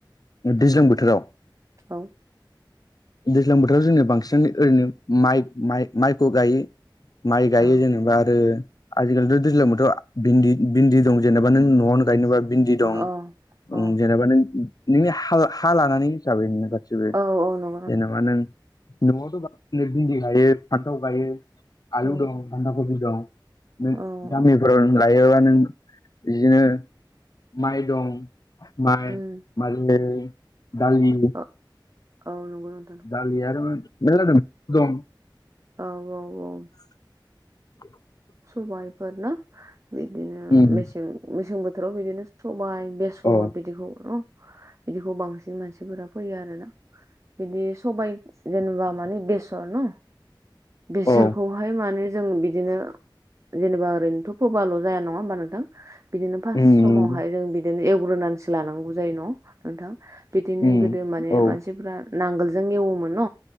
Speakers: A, on the left; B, on the right.
A: दैज्लां बोथोराव?
B: औ।
A: दैज्लां बोथोराव जोंनो बांसिनानो ओरैनो माइ माइ माइखौ गायो। माइ गायो
B: औ
A: जेनेबा आरो आजिखालिथ' दैज्लां बोथोराव भिन्दि भिन्दि दं जेनेबा नों न'आवनो गायनोबा भिन्दि दं
B: अ अ
A: ओं जेनेबा नों नोंनि हा लानानै हिसाबै नोंनि गासिबो
B: औ औ नं
A: जेनेबा नों न'आवथ' बां नो बिन्दि हायो। फान्थाव गायो आलु
B: औ
A: दं बान्दा कबि दं नों
B: औ
A: दामिनफोर
B: औ
A: लायोबा नों बिदिनो माइ दं माइ
B: उम
A: मालै दालि
B: औ औ नंगौ नोंथां।
A: दालि आरो मेरला जादों दं
B: औ औ औ
A: <inaudible>
B: सबाइफोर ना बिदिनो
A: उम
B: मेसें मेसें बोथोराव बिदिनो सबाइ बे सर
A: अ
B: बिदिखौ न बिदिखौ बांसिन मानसिफोरा फैयो आरो ना। बिदि सबाइ जेनेबा मानि बेसर न। बिसोरखौहाय
A: औ
B: माने जों बिदिनो जेनेबा ओरैनोथ' फोबाल' जाया नङा होमबा नोंथां? बिदिनो फार्स्ट
A: उम
B: समावहाय
A: नंगौ
B: जों बि बिदिनो एवग्रोनानैसो लानांगौ जायो न' नोंथां बिदिनो
A: उम
B: गोदो माने
A: औ
B: मानसिफ्रा नांगोलजों एवोमोन न